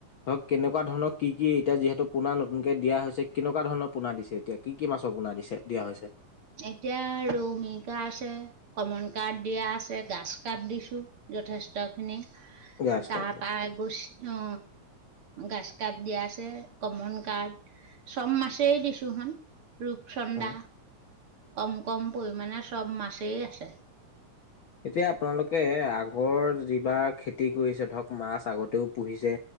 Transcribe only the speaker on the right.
এতিয়া ৰৌ, মিকা আছে, কমন কাৰ্প দিয়া আছে, গাছ কাপ দিছো যথেষ্ট খিনি।
তাৰ
পা <unintelligible> অ, গাছ কাপ দিয়া আছে, কমন কাৰ্প, চব মাছেই দিছো সোণ। ৰূপচন্দা।
কম-কম পৰিমানে চব মাছেই আছে।